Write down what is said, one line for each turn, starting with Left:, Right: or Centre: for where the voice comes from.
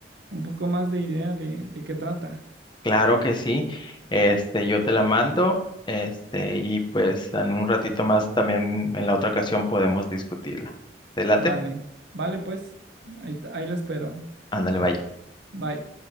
Right: un poco más de idea de, de qué trata.
Left: Claro que sí. Este, yo te la mando, este, y pues en un ratito más también en la otra ocasión podemos discutirla. ¿Te late?
Right: Vale, vale, pues, ahí, ahí la espero.
Left: Ándale, bye.
Right: Bye.